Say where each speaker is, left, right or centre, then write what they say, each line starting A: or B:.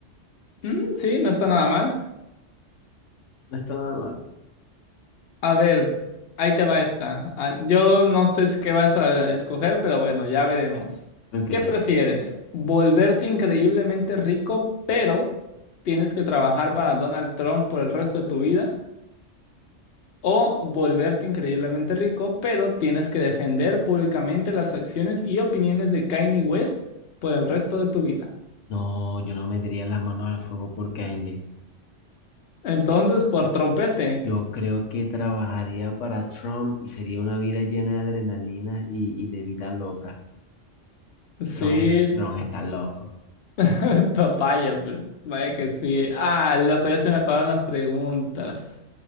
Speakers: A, on the left (about 60°); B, on the left (about 85°).
A: Mm, sí, no está nada mal.
B: No está nada mal.
A: A ver, ahí te va esta. Ah, Yo no sé si qué vas a escoger, pero bueno, ya veremos.
B: Aunque,
A: ¿Qué prefieres? ¿Volverte increíblemente rico, pero tienes que trabajar para Donald Trump por el resto de tu vida? ¿O volverte increíblemente rico, pero tienes que defender públicamente las acciones y opiniones de Kanye West por el resto de tu vida?
B: no, yo no metería las manos al fuego por Kanye.
A: Entonces, por trompete.
B: Yo creo que trabajaría para Trump y sería una vida llena de adrenalina y, y de vida loca.
A: Sí,
B: Trump, es- Trump está loco.
A: <laughs> Papaya, pero vaya que sí. Ah, loco, ya se me acabaron las preguntas.